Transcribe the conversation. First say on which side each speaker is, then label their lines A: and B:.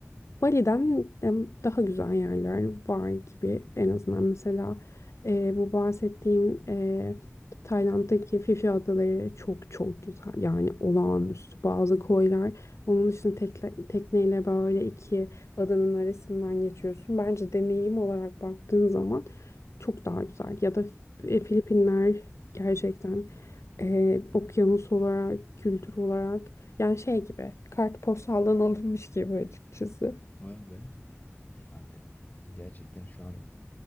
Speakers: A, on the left (about 65°); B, on the left (about 35°).
A: Bali'den em, daha güzel yerler var gibi en azından mesela e, bu bahsettiğim e, Tayland'daki Phi Phi Adaları çok çok güzel yani olağanüstü bazı koylar onun için tekle, tekneyle böyle iki adanın arasından geçiyorsun bence deneyim olarak baktığın zaman çok daha güzel ya da e, Filipinler gerçekten e, okyanus olarak kültür olarak yani şey gibi kartpostaldan <laughs> alınmış gibi açıkçası.
B: Vay be. Yani gerçekten şu an